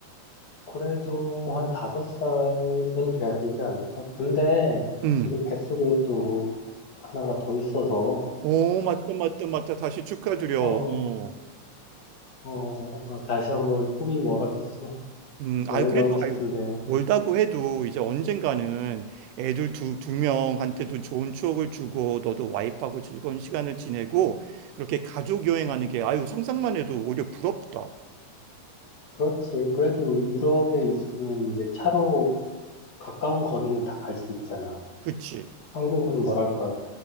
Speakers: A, on the left (about 40°); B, on the right (about 90°).
A: 그래도 한 다섯 살은 돼야 되지 않을까? 근데,
B: 음.
A: 지금 뱃속에 또 하나가 더 있어서,
B: 오, 맞다, 맞다, 맞다. 다시 축하드려.
A: 어,
B: 어.
A: 어, 아, 다시 한번 꿈이 멀어졌어.
B: 음, 아유,
A: 여행
B: 그래도,
A: 가고 싶은데.
B: 아유, 멀다고 해도 이제 언젠가는 애들 두, 두 명한테도 좋은 추억을 주고 너도 와이프하고 즐거운 시간을 지내고 그렇게 가족 여행하는 게 아유, 상상만 해도 오히려 부럽다.
A: 그렇지. 그래도 유럽에 있으면 이제 차로 가까운 거리는 다 갈 수 있잖아.
B: 그치?
A: 한국은 뭐랄까,